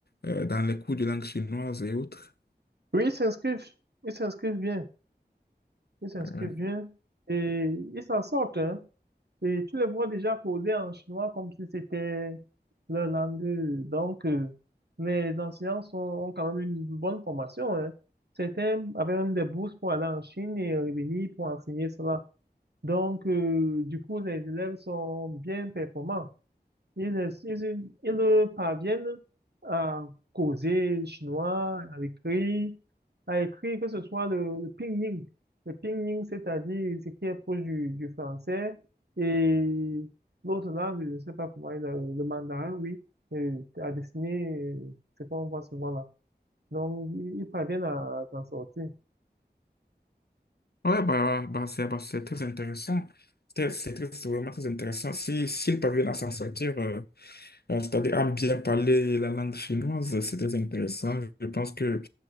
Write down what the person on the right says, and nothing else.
Oui, ils s'inscrivent. Ils s'inscrivent bien. Ils s'inscrivent
bien. Et ils s'en sortent, hein. Et tu les vois déjà causer en chinois comme si c'était leur langue. Donc, euh, les enseignants sont, ont quand même une bonne formation. Hein. Certains avaient même des bourses pour aller en Chine et revenir pour enseigner cela. Donc, euh, du coup, les élèves sont bien performants. Ils, ils, ils parviennent à causer chinois, à écrire à écrire que ce soit le, le pinyin. Le pinyin, c'est-à-dire ce qui est proche du, du français, et l'autre langue, je ne sais pas comment, il le, le mandarin, oui, euh, à dessiner, euh, c'est qu'on voit souvent là. Donc, ils ils parviennent à, à s'en sortir.